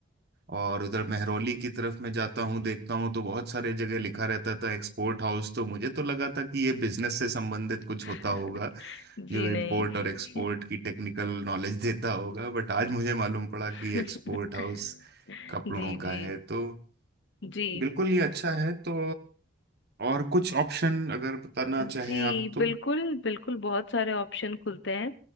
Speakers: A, on the right (about 55°); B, on the left (about 60°).
A: और उधर महरौली की तरफ मैं जाता हूँ देखता हूँ तो बहुत सारे जगह लिखा रहता था एक्सपोर्ट हाउस तो मुझे तो लगा था कि ये बिजनेस से संबंधित कुछ
B: <laughs>
A: होता होगा
B: जी
A: जो इंपोर्ट
B: नहीं
A: और एक्सपोर्ट की टेक्निकल नॉलेज देता होगा बट आज मुझे मालूम पड़ा
B: <laughs>
A: कि एक्सपोर्ट हाउस कपड़ों
B: जी
A: का
B: जी
A: है तो
B: जी
A: बिल्कुल ये अच्छा है तो और कुछ ऑप्शन अगर बताना
B: जी
A: चाहें आप तो
B: बिल्कुल बिल्कुल बहुत सारे ऑप्शन खुलते हैं